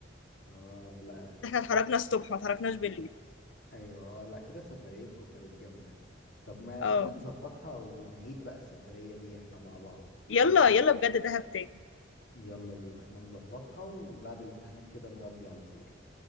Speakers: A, on the left; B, on the left.
A: اه لا
B: احنا
A: سفر
B: اتحركنا الصبح ما اتحركناش بالليل
A: ايوه اه لا كده سفريتكم كانت جامدة طب ما
B: اه
A: تيجي نظبطها ونعيد بقى السفرية دي احنا مع بعض
B: يلا
A: ايه رأيك
B: يلا بجد دهب تاني
A: يلا بينا احنا نظبطها وبعد الامتحانات كده نودي على طول